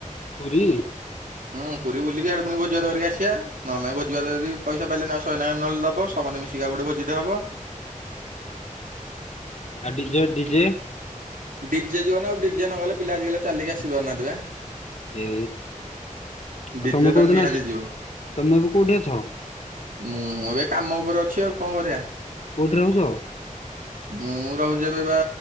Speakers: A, on the left; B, on the right.
A: ପୁରୀ।
B: <unintelligible> ହୁଁ ପୁରୀ ବୁଲିକି ହିଆଡୁ ପୁଣି ଭୋଜି ବା କରିକି ଆସିବା ନହେଲେ ଭୋଜି ଭାତ ଯଦି ପଇସା ପାଇଲେ ନାଇଁ ଆଉ ଶହେ ନାଖା ନେହେଲେ ଦବ। ସମତେ ମିଶିକି ଗୋଟେ ଭୋଜିଟେ ହବ।
A: ଆ ଡିଜେ, ଡିଜେ?
B: ଡିଜେ ଯିବନି ଆଉ ଡିଜେ ନ ଗଲେ ପିଲା ଆଜିକାଲି ଚାଲିକି ଆସିପାରୁ ନାହାନ୍ତି ପା।
A: ଏ
B: ଡିଜେ
A: ଆଉ ତମେ
B: ଟା
A: କୋଉଦିନ
B: ନିହାତି
A: ଆସି
B: ଯିବ
A: ତମେ ବି କୋଉଠି ଅଛ?
B: ମୁଁ ଏବେ କାମ ଉପରେ ଅଛି ଆଉ କଣ କରିବା।
A: କୋଉଠି ରହୁଛ?
B: ମୁଁ ରହୁଛି ଏବେ ବା